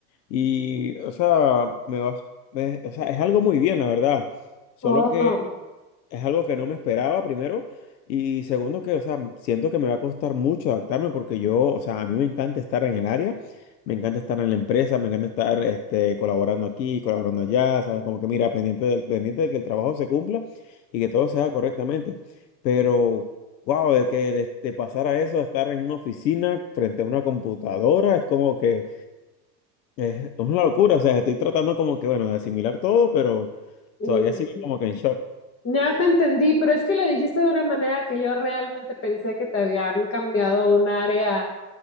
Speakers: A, on the left (about 80°); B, on the left (about 25°).
A: Y, o sea, me vas, me- o sea, es algo muy bien, la verdad. Solo
B: Oh,
A: que es algo que no me esperaba, primero. Y segundo, que, o sea, siento que me va a costar mucho adaptarme porque yo, o sea, a mí me encanta estar en el área, me encanta estar en la empresa, me encanta estar este, colaborando aquí, colaborando allá, ¿sabes? Como que mira, pendiente del, pendiente de que el trabajo se cumpla y que todo se haga correctamente. Pero, wow, de que de, de pasar a eso, a estar en una oficina frente a una computadora, es como que es una locura. O sea, estoy tratando como que, bueno, de asimilar todo, pero
B: mm,
A: todavía sigo como que en shock.
B: Ya te entendí, pero es que lo dijiste de una manera que yo realmente pensé que te habían cambiado un área,